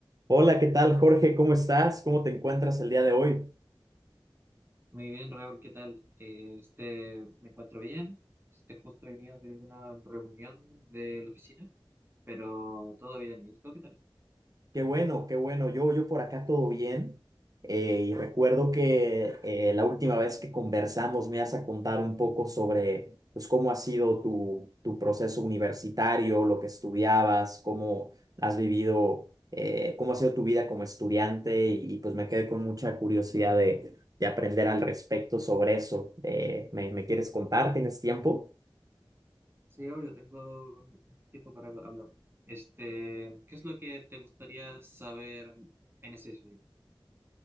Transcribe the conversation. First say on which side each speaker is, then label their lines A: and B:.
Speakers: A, on the right; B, on the right.
A: Hola, ¿qué tal, Jorge? ¿Cómo estás? ¿Cómo te encuentras el día de hoy?
B: Muy bien, Raúl, ¿qué tal? Eh, este, me encuentro bien. Este, justo he venido de una reunión de la oficina, pero todo bien. ¿Y tú qué tal?
A: Qué bueno, qué bueno. Yo, yo por acá todo bien. Eh, y recuerdo que eh, la última vez que conversamos me ibas a contar un poco sobre pues, cómo ha sido tu, tu proceso universitario, lo que estudiabas, cómo has vivido, eh, cómo ha sido tu vida como estudiante y, y, pues me quedé con mucha curiosidad de, de aprender al respecto sobre eso. Eh, ¿me, me quieres contar? ¿Tienes tiempo?
B: Sí, obvio, tengo un un tiempo para hablar. Este, ¿qué es lo que te gustaría saber en ese sitio?